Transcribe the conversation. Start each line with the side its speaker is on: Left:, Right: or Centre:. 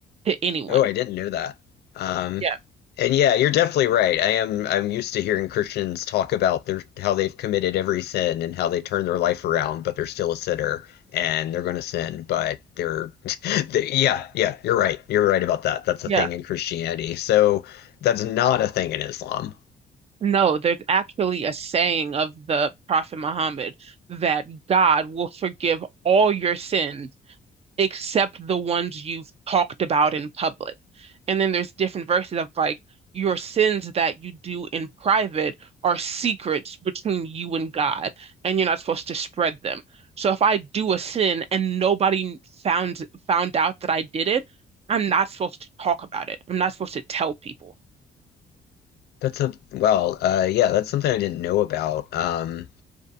Right: to anyone.
Left: Oh, I didn't know that. Um,
Right: Yeah,
Left: and yeah, you're definitely right. I am I'm used to hearing Christians talk about their how they've committed every sin and how they turn their life around, but they're still a sinner and they're going to sin, but they're, <laughs> they, yeah, yeah, you're right. You're right about that. That's a
Right: yeah.
Left: thing in Christianity. So that's not a thing in Islam.
Right: No, there's actually a saying of the Prophet Muhammad that God will forgive all your sins except the ones you've talked about in public. And then there's different verses of like, your sins that you do in private are secrets between you and God, and you're not supposed to spread them. So if I do a sin and nobody found found out that I did it, I'm not supposed to talk about it. I'm not supposed to tell people.
Left: That's a well, uh, yeah, that's something I didn't know about. Um,